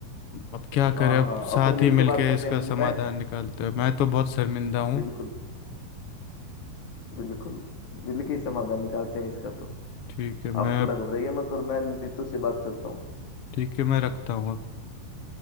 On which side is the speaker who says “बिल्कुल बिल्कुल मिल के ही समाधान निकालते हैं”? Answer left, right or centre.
Left